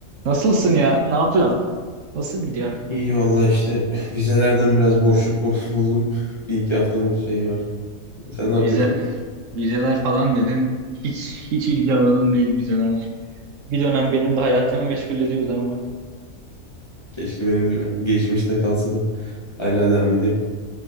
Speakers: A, on the right (about 70°); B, on the left (about 25°).
A: Nasılsın ya? Ne yapıyorsun? Nasıl gidiyor?
B: İyi valla işte vizelerden biraz boşluk bu- <laughs> buldum. Bir iki haftamız şey var. Sen ne yapıyorsun?
A: Vize, vizeler falan dedin. Hiç hiç ilgi alanım değil vizeler. Bir dönem benim de hayatımı meşgul ediyordu ama.
B: Keşke benim de geçmişte kalsa da hala devam ediyor.